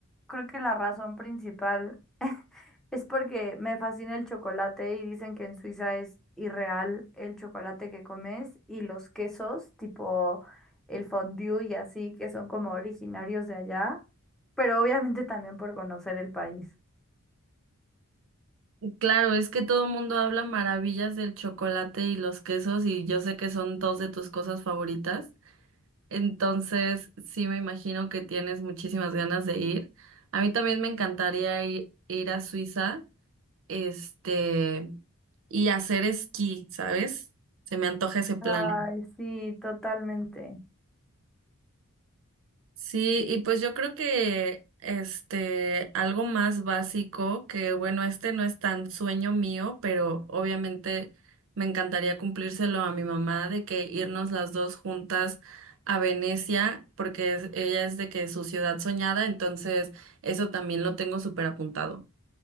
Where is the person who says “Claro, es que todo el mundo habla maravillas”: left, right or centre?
Right